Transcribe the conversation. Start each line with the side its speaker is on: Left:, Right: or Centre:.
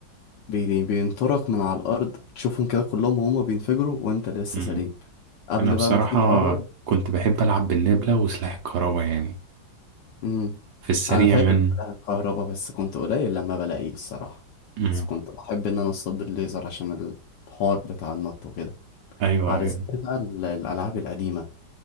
Left: بي- بينطرك من على الأرض تشوفهم كده كلهم وهم بينفجروا وأنت لسه
Right: مم.
Left: سليم قبل
Right: أنا بصراحة
Left: بقى ما تيجي تقرب
Right: كنت بحب ألعب بالنبلة وسلاح الكهرباء يعني
Left: امم
Right: في السريع
Left: أنا فاكر
Right: منه
Left: الكهرباء بس كنت قليل لما بلاقيه الصراحة
Right: مم.
Left: بس كنت بحب إن أنا أصطاد الليزر عشان الحوار بتاع النط وكده
Right: أيوة
Left: على
Right: أيوة
Left: ذكر بقى ال- الألعاب القديمة